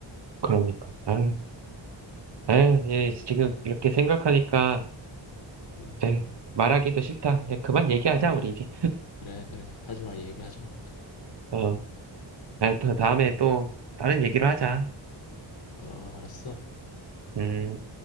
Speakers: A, on the right; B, on the left.
A: 그러니까. 아유, 아유, 예, 지금 이렇게 생각하니까
B: 음,
A: 예, 말하기도 싫다. 예, 그만 얘기하자,
B: 그래.
A: 우리 이제.
B: 그래, 그래. 하지 마. 이 얘기 하지 마.
A: 어, 아, 또 다음에 또 다른 얘기로 하자.
B: 어, 알았어.
A: 음.